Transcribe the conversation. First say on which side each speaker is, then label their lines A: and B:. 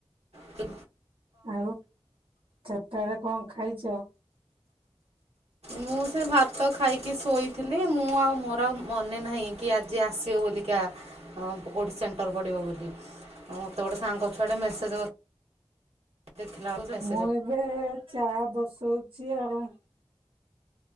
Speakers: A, on the right; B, on the right.
A: ହୁଁ।
B: ଆଉ ଛାରିଟ କଣ ଖାଇଛ?
A: ମୁଁ ସେ ଭାତ ଖାଇକି କି ଶୋଇଥିଲି ମୁଁ ଆଉ ମୋର ଆଉ ମନେ ନାହିଁ କି ଆଜି ଆସିବ ବୋଲିକା କଠି ସେଣ୍ଟର ବଡ଼ିବ ବୋଲି ଆଉ ମୋତେ ଗୋଟେ ସାଙ୍କ ଛୁଆଟେ ମେସେଜ୍ ଦେଖିଲା ବେଳକୁ ମେସେଜ୍
B: ମୁଁ ଏବେ ଚା ବସ୍ ରଉଛିି ଆର